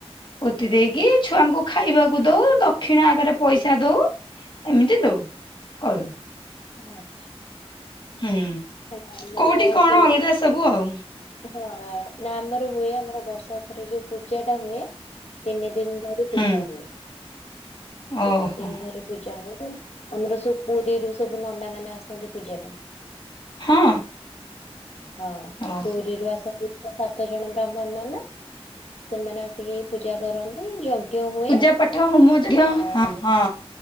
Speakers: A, on the left; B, on the left.
A: ପୋତି ଦେଇକି
B: ହ
A: ଛୁଆଙ୍କୁ ଖାଇବାକୁ ଦଉ ଦକ୍ଷିଣ ଆଗରେ ପଇସା ଦଉ ଏମିତି ଦଉ କରୁ।
B: ଆଚ୍ଛା।
A: ହୁଁ
B: ନାଇଁ, ଆମର
A: କୋଉଠି କଣ
B: ହୁଏ
A: ଅଲଗା ସବୁ ଆଉ।
B: ହଁ ନା ଆମର ହୁଏ ଆମର ବର୍ଷକୁ ଥରେ ଯୋଉ ପୂଜା ଟା ହୁଏ ତିନି ଦିନ। ଦିନ ଧରି
A: ହୁଁ
B: ପୂଜା ହୁଏ
A: ଓହୋ
B: ତିନି ଦିନ ଧରି ପୂଜା ହୁଏ। ଆମର ସବୁ ପୁରୀରୁ ସବୁ ନନା ମାନେ ଆସନ୍ତି ପୂଜା ପାଇଁ
A: ହଁ।
B: ହଁ।
A: ଓହୋ
B: ପୁରୀରୁ ଆସ ସାତ ଜଣ ବ୍ରାହ୍ମଣ ନନା, ସେମାନେ ଆସିକି ପୂଜା କରନ୍ତି। ଯଜ୍ଞ ହୁଏ।
A: ପୂଜା ପାଠ ହୋମ ଚାଲ
B: ଆଉ
A: ହଁ ହଁ।